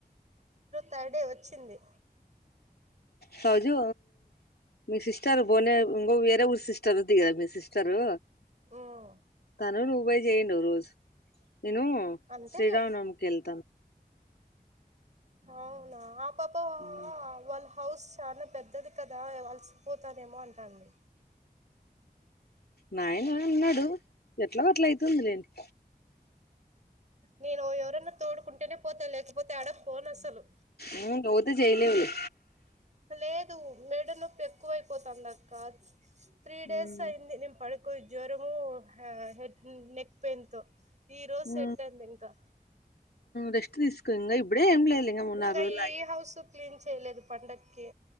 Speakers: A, on the right; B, on the left.
A: థర్డే వచ్చింది
B: సౌజు మీ సిస్టర్ బోనే ఇంగ వేరే ఊరు సిస్టర్ దిగద మీ సిస్టరు
A: ఉమ్
B: అన రూపయి చేయండ ఓ రోజు నేను
A: అంతేలే
B: శ్రీరామ్ నవాబుకి వెళ్తాను
A: అవునా పాప
B: ఉమ్,
A: వాళ్ళ హౌస్ చాలా పెద్దది కదా వలసిపోతాదేమో అంటాంది
B: నాయన అన్నాడు ఎట్లో ఒకట్ల అయితుంది లేండి
A: నేను ఎవరన్నా తోడుకుంటేనే పోతా లేకపోతే ఆడ పోను అసలు
B: ఊర్లో ఉంటే చేయలేవులే
A: లేదు మెడ నొప్పి ఎక్కువైపోతుందిక్క త్రీ డేస్
B: ఉమ్,
A: అయింది పడుకో జ్వరము హెడ్ నెక్ పెయిన్ తో ఈ రోజు సెట్
B: ఉమ్,
A: అయింది ఇంకా
B: రెస్ట్ తీసుకుంగా ఇ ఇప్పుడే ఎంలే ఇంగ మూడు
A: ఇంకా
B: నాలుగు రోజులు
A: ఈ
B: లాగి
A: హౌస్ క్లీన్ చేయలేదు పండక్కి